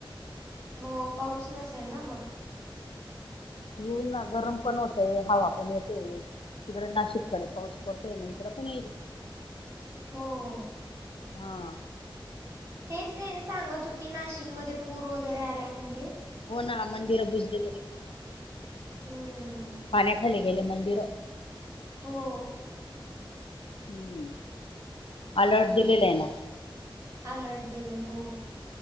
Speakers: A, on the right; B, on the left.
A: हो, पाऊस नसेल ना मग
B: येईल ना, गरम पण होतंय, हवा पण येतेए. तिकडं नाशिककडं पाऊस पडतोय, म इकडं पण येईल.
A: हो..
B: हा.
A: तेच ते सांगत होती, नाशिक मध्ये पूर वगैरे आलाय म्हणले
B: हो ना, मंदिरं बुजले गेले पूर्ण
A: हम्म
B: पाण्याखाली गेले मंदिर
A: हो
B: हम्म, अलर्ट दिलेलं ए ना
A: अलर्ट दिलंय हो